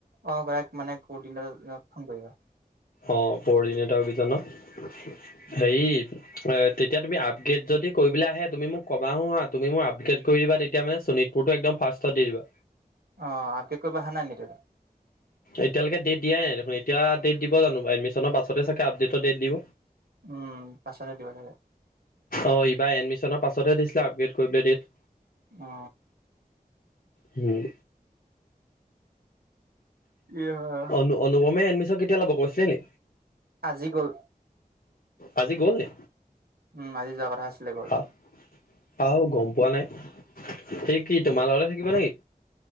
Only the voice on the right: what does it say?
অ গৰাইক মানে কোনদিনাতে ফোন কৰিব।
উম
অঁ আপডেট কৰিব অহা নাই নেকি টোৰ
উম পাছত হে দিব লাগে।
অ।
ইয়াহ।
আজি গ'ল।
উম আজি যোৱা কথা আছিলে, গ'ল।